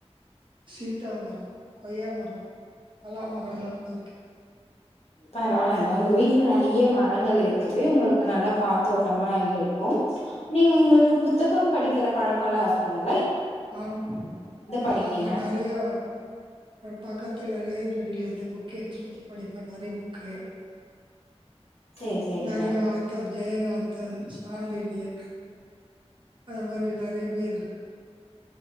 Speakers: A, on the right; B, on the left.
A: சீத்தா மரம் கொய்யா மரம் அல்லாம் மரமு ல்லாம் கூட இருக்
B: பரவாயில்லங்க உங்க வீட்ல நெறைய மரங்கள் இருக்குவே உங்ளுக்கு நல்ல காத்தோட்டமா இருக்கும் நீங் உங்ளுக்கு புத்தகம் படிக்கிற பழக்கல்லாம் இருக்குங்
A: ஆமா
B: படிப்பீங்க?
A: ஆமா நெறையா பக்கத்துல லைப்ரரில இருந்து புக் கெடுத்து வந்து படிப்பன் நெறைய புக் க்கு
B: சேரி சேரிங்க.
A: நெறைய ஆத்தர் ஜெயகாந்தன் சாண்டிலியன் அது மாரி நெறைய பேர்